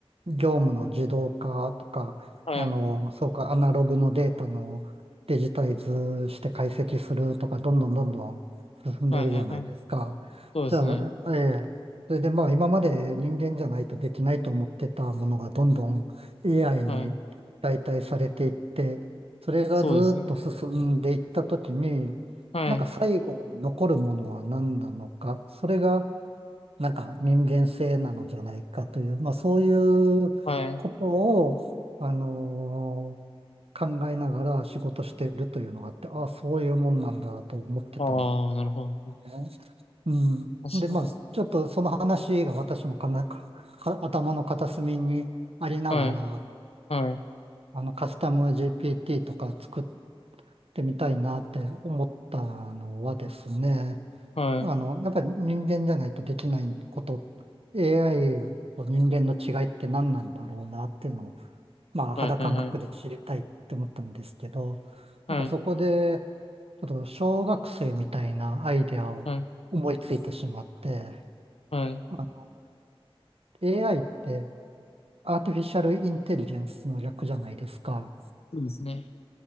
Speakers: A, on the right; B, on the left.
A: 業務の自動化とか、
B: はい。
A: あの、そうか、アナログのデータのデジタイズして解析するとか、どんどんどんどん進んでるじゃないですか。
B: はい。はい。はい。はいそうですね。
A: じゃあ、ええ、それでまあ今まで人間じゃないとできないと思ってたものがどんどん AI
B: はい。
A: に代替されていって、それがずーっと進んでいったときに、
B: そうですね。はい。
A: なんか最後に残るものは何なのか、それがなんか人間性なのじゃないかという、まあそういうことを、
B: はい。
A: あのー考えながら仕事してるというのがあって、ああ、そういうもんなんだと思ってたん
B: ああ、なるほど。
A: だね。うん。
B: 確かに。
A: で、まあちょっとその話が私もかなか、か頭の片隅にありながら、
B: はい。はい。
A: あのカスタム GPT とか作っってみたいなって思ったのはですね、
B: はい。
A: あの、やっぱり人間じゃないとできないこと、AI と人間の違いって何なんだろうなっていうのを、まあ肌感覚で知りたいって思ったんですけど、
B: はい。はい。はい。はい。
A: なんかそこで、ちょっと小学生みたいなアイデアを思いついてしまって、
B: はい。はい
A: あ AI ってアーティフィシャルインテリジェンスの略じゃないですか。
B: そうですね。